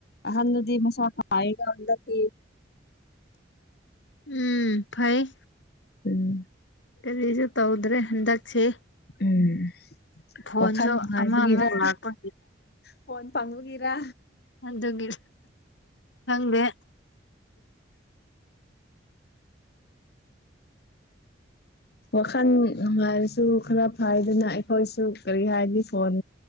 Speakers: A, on the left; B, on the left.
A: ꯑꯍꯟꯗꯨꯗꯤ ꯃꯁꯥ ꯐꯥꯏꯒꯟꯗꯤ
B: ꯎꯝ ꯐꯩ
A: ꯎꯝ
B: ꯀꯔꯤꯁꯨ ꯇꯧꯗ꯭ꯔꯦ ꯍꯟꯗꯛꯁꯦ
A: ꯎꯝ
B: ꯐꯣꯟꯁꯨ
A: ꯋꯥꯈꯜ ꯅꯨꯡꯉꯥꯏꯕꯒꯤꯔ
B: ꯑꯃ ꯑꯃ ꯂꯥꯛꯄ
A: ꯐꯣꯟ ꯐꯥꯡꯉꯨꯒꯤꯔ
B: ꯑꯗꯨ ꯒꯤ ꯍꯪꯗꯦ
A: ꯋꯥꯈꯜ ꯅꯨꯡꯉꯔꯁꯨ ꯈꯔ ꯐꯗꯅ ꯑꯩꯈꯣꯏꯁꯨ ꯀꯔꯤ ꯍꯥꯏꯅꯤ ꯐꯣꯟ